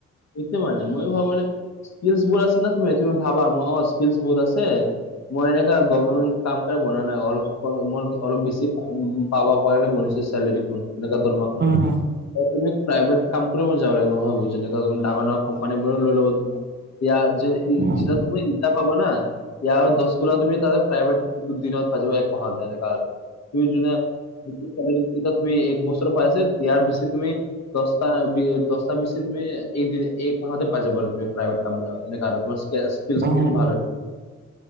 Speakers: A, on the left (about 50°); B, on the right (about 30°).
A: ইটো মানে মই ভাবো মানে স্কিলবোৰ আছে ন তুমি তুমি ভাবা অ স্কিল বহুত আছে মই এনেকাে গভমেণ্ট কাম কৰি বনা নাই অলপ মোৰ অলপ বেছি পাবা প নে বনৰ চালেৰিখন এনেকা দৰমাখন
B: অ',
A: তুমি প্ৰাইভেট কাম কৰি মই যাব লাগে মই ভাবো যেনেকা ডাঙৰ ডাঙৰ কোম্পানী বোৰো লৈ ল'ব তোমাৰ ইয়াত যে
B: উম, উম,
A: যিমান তোমাৰ পাব ন ইয়াৰ দহ গুণা তুমি তাতে প্ৰাইভেট দিনত পাব এক মাহতে এনেকা তুমি যোনা এতিয়া তুমি এক বছৰ পাই আছে ইয়াৰ বেছি তুমি দহটা দহটা বেছি তুমি এক মাহতে পাই যাবা তুমি প্ৰাইভেট কাম স্কেয়াৰ স্কিল
B: উম,
A: ভাল